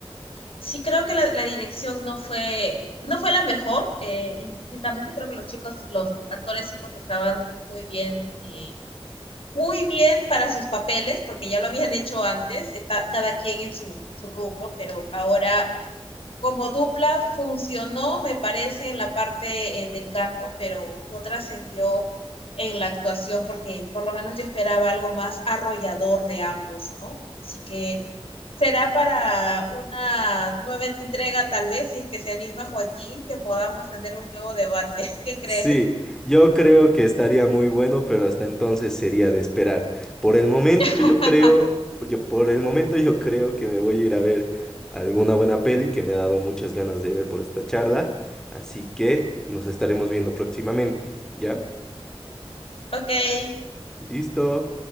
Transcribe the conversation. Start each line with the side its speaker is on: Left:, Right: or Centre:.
Left: sí creo que la, la dirección no fue, no fue la mejor, eh, indistintamente creo que los chicos, los actores sí pues estaban muy bien, eh, muy bien para sus papeles, porque ya lo habían hecho antes, está cada quien en su, su rubro, pero ahora como dupla funcionó, me parece, en la parte eh, del canto, pero no trascendió en la actuación porque por lo menos yo esperaba algo más arrollador de ambos, ¿no? Así que será para una nueva entrega tal vez, si es que se anima Joaquín, que podamos tener un nuevo debate. ¿Qué crees?
Centre: Sí, yo creo que estaría muy bueno, pero hasta entonces sería de esperar. Por el momento
Left: <laughs>
Centre: yo creo, yo- por el momento yo creo que me voy a ir a ver alguna buena peli que me ha dado muchas ganas de ver por esta charla, así que nos estaremos viendo próximamente, ¿ya?
Left: ok,
Centre: Listo.